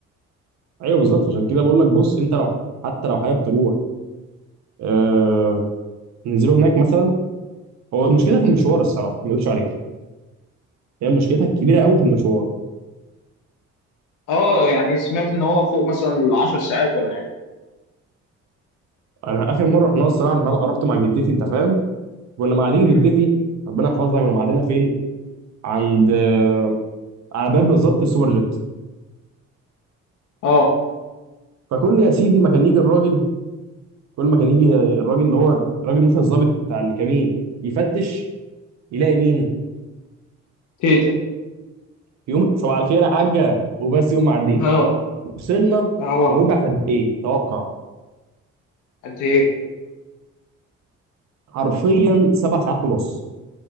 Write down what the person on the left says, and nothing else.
اه يعني سمعت ان هو فوق مثلا 10 ساعات ولا حاجه
مم.
اه
تيتا
اه
اه
قد ايه